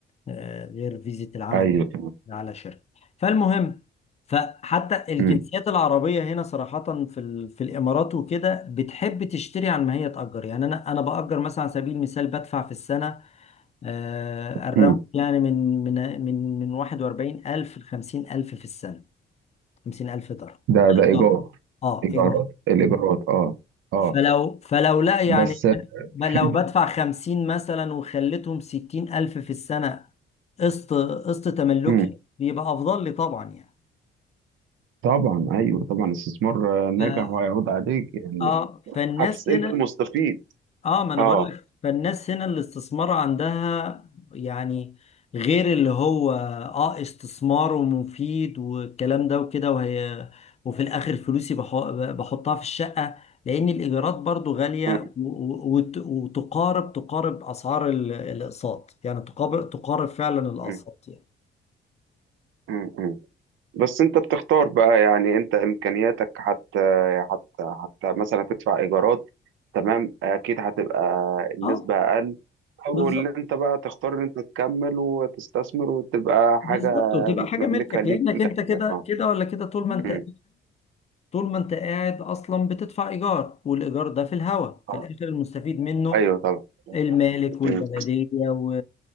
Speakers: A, on the left; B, on the right.
A: آه، غير فيزا العمل
B: ايوه
A: على شركه فالمهم فحتى الجنسيات
B: امم
A: العربيه هنا صراحه في ال... في الامارات وكده بتحب تشتري عن ما هي تاجر يعني انا انا باجر مثلا على سبيل المثال بدفع في السنه آه، الراوند
B: امم
A: يعني من من من من 41,000 ل 50,000 في السنة 50,000 درهم
B: ده
A: ده
B: ده
A: إيجار
B: ايجار
A: اه
B: ايجارات
A: إيجار
B: الايجارات اه اه
A: فلو فلو لا يعني
B: بس
A: ما لو
B: في
A: بدفع 50 مثلا وخليتهم 60,000 في السنة قسط قسط تملكي
B: امم
A: بيبقى أفضل لي طبعا يعني
B: طبعا ايوه طبعا استثمار آه، ناجح
A: ف-
B: وهيعود عليك يعني
A: اه فالناس
B: هتس انت
A: هنا
B: المستفيد
A: اه ما انا
B: اه
A: بقول لك فالناس هنا الاستثمار عندها يعني غير اللي هو اه استثمار ومفيد والكلام ده وكده وهي وفي الاخر فلوسي بحو- بحطها في الشقة لان الايجارات برضو غالية
B: مم.
A: و- و- وت- وتقارب تقارب اسعار ال- الاقساط يعني تقارب تقارب فعلا الاقساط
B: مم.
A: يعني
B: مم. مم. بس انت بتختار بقى يعني انت امكانياتك حتى حتى حتى مثلا تدفع ايجارات تمام اكيد هتبقى النسبة
A: اه
B: اقل او
A: بالظبط
B: اللي انت بقى تختار ان انت تكمل وتستثمر وتبقى حاجة
A: بالظبط وتبقى
B: متملكة
A: حاجة ملكك
B: ليك
A: لانك
B: في الاخر
A: انت كده
B: اه
A: كده ولا كده طول ما انت
B: مم.
A: طول ما انت قاعد اصلا بتدفع ايجار والايجار ده في الهوا
B: اه
A: في الاخر المستفيد منه
B: ايوه طبعا
A: المالك والبلديه
B: مم.
A: و...